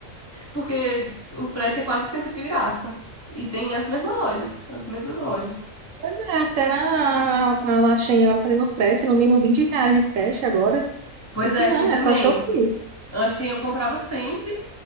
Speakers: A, on the left (about 15°); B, on the right (about 75°).
A: Porque o frete é quase sempre de graça. E tem as mesmas lojas, as mesmas lojas.
B: Pois é, até na, a laxinha ela tá tendo frete, no mínimo 20 reais de frete agora.
A: Pois
B: Eu disse,
A: é,
B: não,
A: Shein também.
B: é só Shopee.
A: A Shein eu comprava sempre,